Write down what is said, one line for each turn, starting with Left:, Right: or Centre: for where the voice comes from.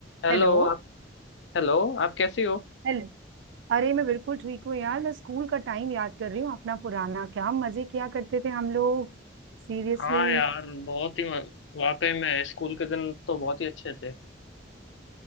Left: हेलो
Right: Hello
Left: आप हेलो आप कैसी हो
Right: Hello अरे मैं बिल्कुल ठीक हूँ यार मैं स्कूल का टाइम याद कर रही हूँ अपना पुराना क्या मजे किया करते थे हम लोग सीरियसली
Left: हाँ यार बहुत ही वाकई में स्कूल के दिन तो बहुत ही अच्छे थे